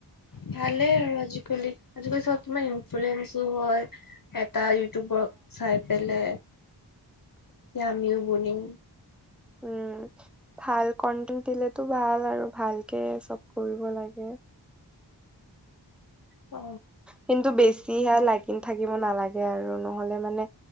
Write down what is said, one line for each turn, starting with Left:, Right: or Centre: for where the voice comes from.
Left: ভালেই আৰু আজিকালি আজিকালি চব তোমাৰ ইনফ্লুৱেন্ঞ্চো হয় তাৰ ইউটিউবক চাই পেলাই আমিও ব নিম
Centre: উম ভাল কন্টেণ্ট দিলেতো ভাল আৰু ভালকে চব কৰিব লাগে
Left: অ
Centre: কিন্তু বেছিহে লাগি থাকিব নালাগে আৰু নহলে মানে